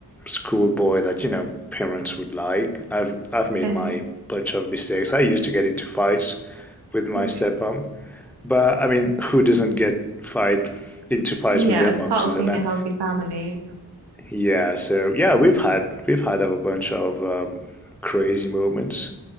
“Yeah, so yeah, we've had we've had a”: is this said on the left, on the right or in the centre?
Centre